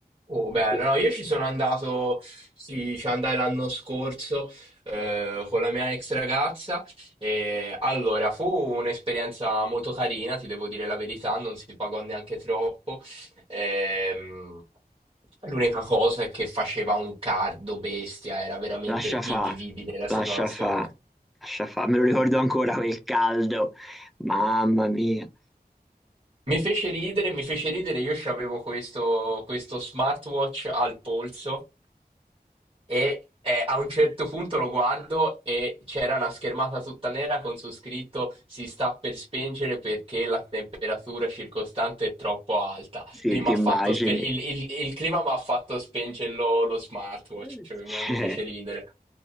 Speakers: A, on the right; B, in the centre.
A: Oh, bello,
B: E-
A: no, io ci sono andato, sì, ci andai l'anno scorso eh, con la mia ex ragazza e allora fu un'esperienza molto carina, ti devo dire la verità, non si pagò neanche troppo. Ehm, l'unica cosa è che faceva un caldo bestia, era veramente
B: Lascia fa,
A: invivibile la situazione.
B: lascia fa, lascia fa. Me lo ricordo ancora quel caldo. Mamma mia.
A: Mi fece ridere, mi fece ridere, io avevo questo, questo smartwatch al polso e eh, a un certo punto lo guardo e c'era una schermata tutta nera con su scritto si sta per spengere perché la temperatura circostante è troppo alta.
B: Sì,
A: Quindi
B: ti
A: m'ha
B: immagini.
A: fatto spe- il, il- il clima mi ha fatto spengere lo, lo smartwatch,
B: <laughs>
A: cioè,
B: Cioè,
A: mi mi fece ridere.